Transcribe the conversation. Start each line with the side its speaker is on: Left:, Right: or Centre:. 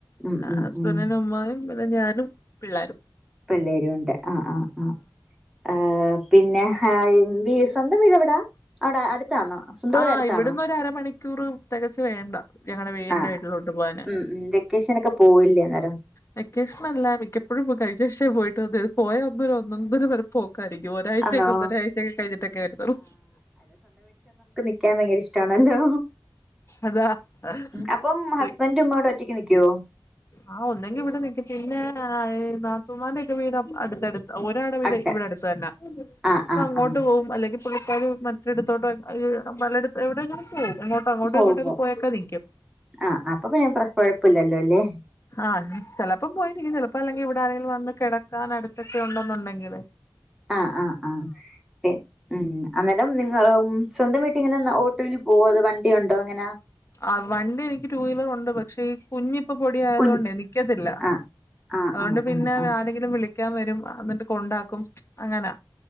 Centre: ഉം ഉം
Left: ഹസ്ബന്റിന്റെ
Centre: ഉം
Left: ഉമ്മാ യും വടെ ഞാനും പിള്ളാരും.
Centre: പിള്ളേരുവുണ്ട് ആഹ് ആഹ് ആഹ് അഹ് പിന്നെ ഹ യിൻവി സ്വന്തംവീടെ വിടാ അവിടെ അടുത്താന്നോ സ്വന്തം വീട്
Left: ആഹ്
Centre: അടുത്താണോ
Left: ഇവിടന്നൊരു അരമണിക്കൂർ തെകച് വേണ്ട. ഞങ്ങടെ വീ
Centre: അഹ്‌
Left: എന്റെ വീട്ടിലോട്ട് പോവാന്
Centre: ഉം ഉം വെക്കേഷനൊക്കെ പോവില്ലേ അന്നേരം.
Left: വെക്കേഷനല്ല മിക്കപ്പോഴും കഴിഞാഴ്ഛേപോയിട്ട് വന്നേത് പോയാ അന്നൊര് ഒന്നൊന്നര പോക്കാരിക്കും ഒരാഴ്ചയൊക്കെ
Centre: ആന്നോ
Left: ഒന്നരാഴ്ചയൊക്കെ കഴിഞ്ഞിട്ടൊക്കെ വരത്തൊള്ളൂ
Centre: ക്കാൻ ഭയങ്കര ഇഷ്ടാണല്ലോ
Left: അതാ
Centre: അപ്പം ഹസ്ബണ്ട് മ്മടെ ഒറ്റക്ക് നിക്യോ.
Left: ആഹ് ഒന്നെങ്കി ഇവിടെ നിക്കും പിന്നെ ഈ നാത്തുമാര്ടെ ഒക്കെ വീട് അടുത്തടു ഒരാടെ വീടെയ്
Centre: അടുത്ത്
Left: ഇവിടെടുത്തന്നെ.
Centre: ആഹ് ആഹ്
Left: പ്പഅങ്ങോട്ട്‌
Centre: ആഹ്
Left: പോവും അല്ലെങ്കി പുള്ളിക്കാര് മറ്റിടത്തോട്ടോ അഹ് പലടത്ത് എവിടെങ്കിലും പോവു എങ്ങോട്ടോ അങ്ങോട്ടോ
Centre: പോകുമ്പോ
Left: ഇങ്ങോട്ടൊക്കെ പോയൊക്കെ നിക്കും.
Centre: ആഹ് അപ്പൊപ്പിന്നെ പ്ര കൊഴപ്പല്ലല്ലോല്ലേ.
Left: ആഹ് ഷെലപ്പോം പോയിരികും ചെലപ്പോ അല്ലെങ്കിൽ ഇവിടാരെങ്കിലും വന്ന് കെടക്കാൻ അടുത്തൊക്കെണ്ടെ ന്നുണ്ടെങ്കില് <inaudible>
Centre: ആഹ് ആഹ് പി ഉം. അന്നേരം നിങ്ങളു സ്വന്തംവീട്ടിങ്ങനെ ഓട്ടോയിൽ പോവോ വണ്ടിയുണ്ടോ ങ്ങെനാ
Left: ആഹ് വണ്ടി എനിക്ക് ടു വീലറുണ്ട് പക്ഷെ ഈ കുഞ്ഞിപ്പൊ പൊടി ആയതോണ്ടേ
Centre: കുൻ
Left: നിക്കത്തില്ല.
Centre: ആഹ് ആഹ്
Left: അതോണ്ട്
Centre: ആഹ്
Left: പിന്നെ
Centre: ആഹ് ആഹ്
Left: ആരെങ്കിലും വിളി ക്കാൻവരും എന്നിട്ട് കൊണ്ടാക്കും അങ്ങനാ.